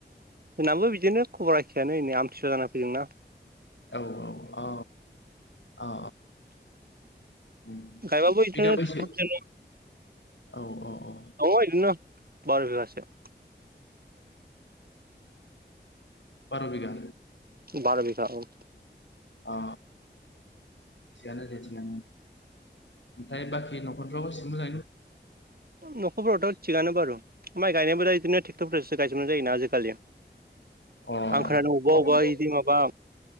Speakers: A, on the right; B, on the left.
A: जोंनाबो बिदिनो खबर एखेयानो नै आमथिसुवा जाना फैदों ना
B: औ औ औ अ अ उम
A: गायबाबो बिदिनो
B: बिगा
A: ट्रेकटरफोरजोंनो
B: बैसे औ औ औ
A: दं इदिनो बार' बिगासो <inaudible>
B: बार' बिगा
A: बार' बिगा औ
B: अ थिगानो दे थिगानो ओमफ्राय बाखि न'खरफ्राव एसे मोजाङैनो दं -
A: न'खरफ्रावथ' थिगानो आरो माइ गायनायबो बिदिनो ट्रेक्ट'रफोरजोंसो गायजोबनाय जायोना आजिखालि
B: अ
A: आंखोनादों
B: नंगौ
A: अबा अबा
B: नंगौ
A: इदि माबा